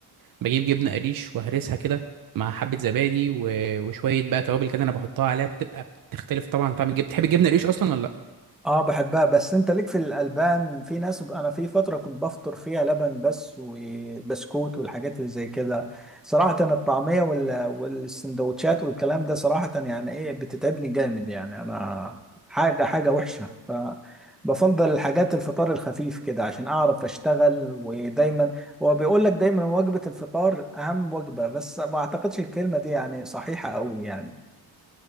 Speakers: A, on the right; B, in the centre.
A: بجيب جبنه قريش وهرسها كده مع حبه زبادي و... وشويه بقى توابل كده انا بحطها عليها بتبقى تختلف طبعا طعم الجبنه بتحب الجبنه قريش اصلا ولا لا
B: اه بحبها بس انت ليك في الالبان في ناس انا في فتره كنت بفطر فيها لبن بس وبسكوت والحاجات اللي زي كده صراحه الطعميه وال... والسندوتشات والكلام ده صراحه يعني ايه بتتعبني جامد يعني انا حاجه حاجه وحشه فبفضل الحاجات الفطار الخفيف كده عشان اعرف اشتغل ودايما هو بيقول لك دايما وجبه الفطار اهم وجبه بس ما اعتقدش الكلمه دي يعني صحيحه قوي يعني